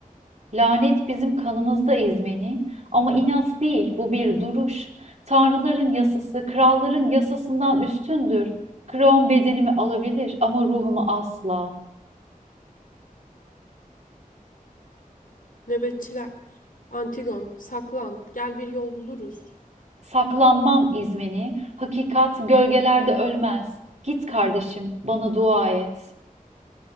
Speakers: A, on the right (about 55°); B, on the left (about 70°).
A: Lanet bizim kanımızda İzmeni. Ama inat değil, bu bir duruş. Tanrıların yasası, kralların yasasından üstündür. Creon bedenimi alabilir ama ruhumu asla.
B: Nöbetçiler. Antigon, saklan. Gel bir yol buluruz.
A: Saklanmam İzmeni, hakikat gölgelerde ölmez. Git kardeşim, bana dua et.